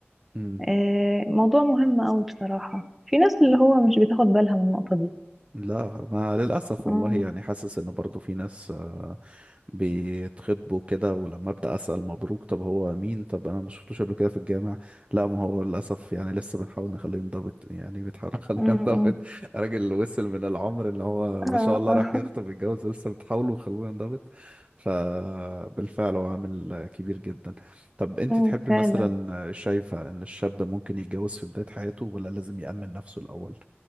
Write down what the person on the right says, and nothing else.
مم.
لا ما للأسف
والله يعني حاسس إن برضو في ناس آه، بيتخطبوا كده ولما أبدأ أسأل مبروك طب هو مين طب أنا ما شفتوش قبل كده في الجامع لا ما هو للأسف يعني لسه بنحاول نخليه ينضبط يعني بتحاول <laughs> نخليه
ينضبط راجل وصل من العمر إن هو ما
شاء الله
راح يخطب يتجوز لسه بتحاولوا تخلوه ينضبط فبالفعل هو عامل كبير جدا طب أنت
تحبي
مثلا شايفة إن الشاب ممكن يتجوز في بداية حياته ولا لازم يأمن نفسه الأول؟